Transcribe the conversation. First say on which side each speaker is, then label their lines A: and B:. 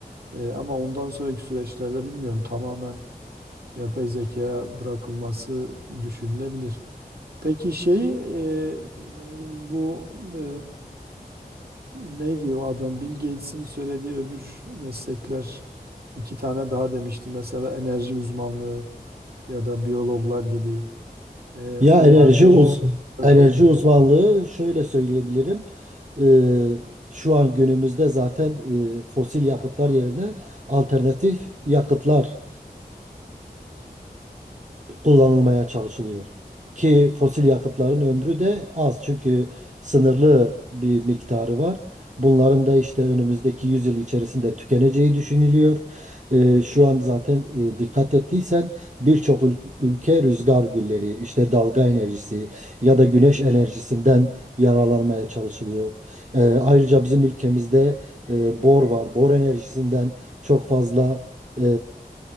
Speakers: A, on the right; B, on the right.
A: Eee, ama ondan sonraki süreçlerde bilmiyorum tamamen yapay zekaya bırakılması düşünülebilir. Peki şey e, bu e, ne diyor o adam Bill Gates'in söylediği öbür meslekler iki tane daha demişti. Mesela enerji uzmanlığı ya da biyologlar gibi E,
B: Ya
A: onlar
B: enerji
A: demiş
B: uz enerji
A: kalacak.
B: uzmanlığı şöyle söyleyebilirim. Ee, şu an günümüzde zaten e, fosil yakıtlar yerine alternatif yakıtlar kullanılmaya çalışılıyor. Ki fosil yakıtların ömrü de az çünkü sınırlı bir miktarı var. Bunların da işte önümüzdeki yüzyıl içerisinde tükeneceği düşünülüyor. Ee, şu an zaten e, dikkat ettiysen birçok ül- ülke rüzgar gülleri, işte dalga enerjisi ya da güneş enerjisinden yararlanmaya çalışılıyor. Ee, ayrıca bizim ülkemizde e, bor var. Bor enerjisinden çok fazla e,